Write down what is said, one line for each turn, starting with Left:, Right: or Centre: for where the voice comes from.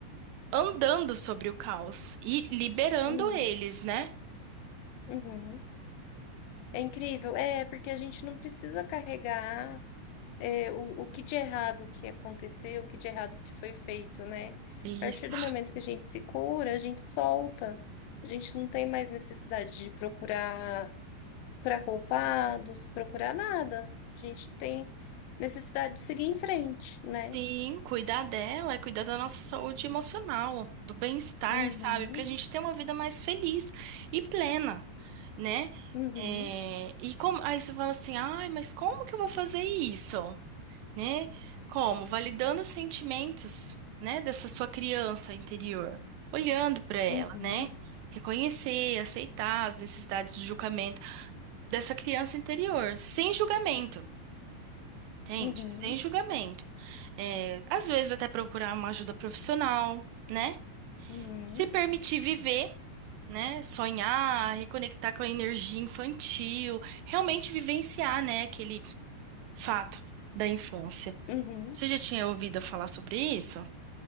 Right: andando sobre o caos e liberando
Left: uhum,
Right: eles, né?
Left: uhum. É incrível, é, porque a gente não precisa carregar. é, o, o que de errado que aconteceu, o que de errado que foi feito, né?
Right: Isso.
Left: A partir do momento que a gente se cura, a gente solta. A gente não tem mais necessidade de procurar, procurar culpados, procurar nada. A gente tem necessidade de seguir em frente, né?
Right: Sim, cuidar dela é cuidar da nossa saúde emocional, do bem-estar,
Left: Uhum,
Right: sabe? Pra gente ter uma vida mais feliz e plena, né?
Left: uhum,
Right: É, e como, aí você fala assim, ai, mas como que eu vou fazer isso? Né? Como? Validando os sentimentos, né, dessa sua criança interior, olhando pra ela,
Left: uhum,
Right: né? Reconhecer, aceitar as necessidades de julgamento dessa criança interior, sem julgamento. Entende?
Left: uhum,
Right: Sem julgamento. É, às vezes até procurar uma ajuda profissional, né?
Left: uhum,
Right: Se permitir viver, né? Sonhar, reconectar com a energia infantil, realmente vivenciar, né, aquele fato da infância.
Left: uhum.
Right: Você já tinha ouvido falar sobre isso?